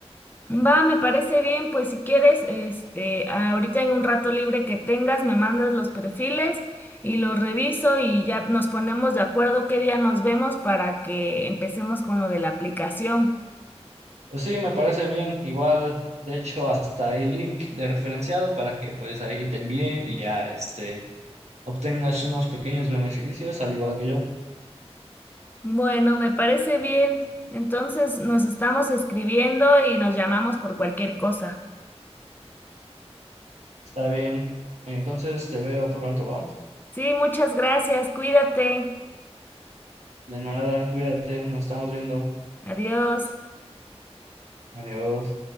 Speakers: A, on the left; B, on the right.
A: Va, me parece bien, pues si quieres, este, ahorita en un rato libre que tengas, me mandas los perfiles y los reviso y ya nos ponemos de acuerdo qué día nos vemos para que empecemos con lo de la aplicación.
B: Pues sí, me parece bien. Igual, de hecho, hasta hay link de referenciado para que pues ahí te envíe y ya este obtengas unos pequeños beneficios al igual que yo.
A: Bueno, me parece bien. Entonces nos estamos escribiendo y nos llamamos por cualquier cosa.
B: Está bien. Entonces te veo pronto, ¿va?
A: Sí, muchas gracias. Cuídate.
B: De nada, cuídate, nos estamos viendo.
A: Adiós.
B: Adiós.